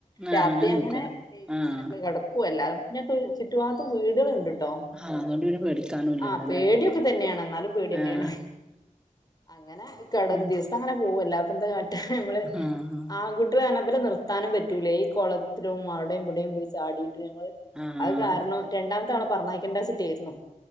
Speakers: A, in the centre; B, on the left.
A: ആഹ്
B: രാത്രി അങ്ങനെ
A: നിക്കല്
B: എയ്‌
A: ആഹ്
B: അങ്ങനെ ക്കെ കെടക്കും അല്ലാതെ പിന്നെപ്പൊ ചുറ്റു ഭാഗത്തു വീടേള് ണ്ട് ട്ടോ
A: ആഹ് അതുകൊണ്ട് പിന്നെ പേടിക്കാനും ഇല്ലല്ലോല്ലേ
B: ആഹ് പേടിയൊക്കെതന്നെണ് ന്നാലും പേടിയെന്നെണ്
A: ആഹ്
B: അങ്ങനെ കടം
A: ഉം
B: ദിവസം അങ്ങനെ പോകും അല്ലാപെന്താകാട്ടാ ഞമ്മള്
A: ആഹ്
B: ആങ്കു ട്ട്ള് റഞ്ഞ ബലെ നിർത്താനും പറ്റൂലേയ് ഈ കൊളത്തിലും അവിടേം ഇവടിം പോയി ചാടിട്ട് ഞങ്ങള്
A: ആഹ്
B: അത് കാരണം രണ്ടാമത്തെ ആളെ പറഞ്ഞയക്കണ്ടാച്ചിറ്റായിരുന്നു